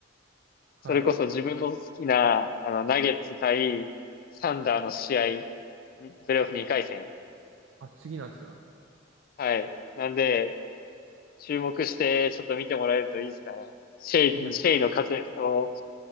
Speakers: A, on the right; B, on the left.
A: はい。
B: それこそ自分の好きな、あの、ナゲッツ対サンダーの試合、プレイオフ2回戦。
A: あ、次なんですか。
B: はい。なんで、注目して、ちょっと見てもらえるといいですかね。シェイ、
A: いや、
B: シェイの活躍と、